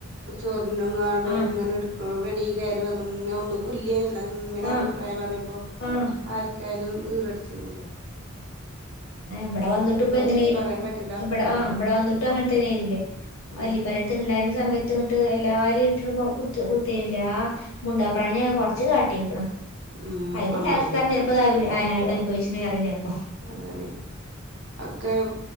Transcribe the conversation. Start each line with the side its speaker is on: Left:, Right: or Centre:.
Right: ചൊർണ്ങ്ങാടും
Left: ആഹ്
Right: ഇങ്ങനെടുക്കണോ റെഡി കേറി വന്ന് ഇങ്ങഒന്ന് കുല്യനൊന്നങ്ങനെ
Left: ആഹ്
Right: അഭിപ്രായം പറയും
Left: ആഹ്
Right: ആർക്കാലും ഈറടിച്ചിനില്ലേ
Left: എഹ് ഇവിടെ വന്നിട്ട് ഇപ്പ എങ്ങനെയ്ന്നു
Right: തിരിച്ച് പറയാനും പറ്റൂല
Left: ഇവിടെ ആഹ്
Right: അതാണ്
Left: ഇവിടെ വന്നിട്ടും അങ്ങൻതന്നെ ആയില്ലേ
Right: ഉം
Left: വല്ല്യുപ്പായ്ട്ത്ത് ഇണ്ടാര്ന്ന സമയത്ത് ത് ട്ട് എല്ലാര്ട്ട് കൊ കുത് കുത്തണില്ല്യേ ആഹ് മുണ്ടാപാണിനെ കൊറച്ച് കാട്ടിയേക്കണ്
Right: ഉം
Left: അയിന്
Right: അമ്മായിനെ
Left: <unintelligible> അന അനഭവിച്ച്നേറും ചെലപ്പോ
Right: അതാണ് ഒക്കെ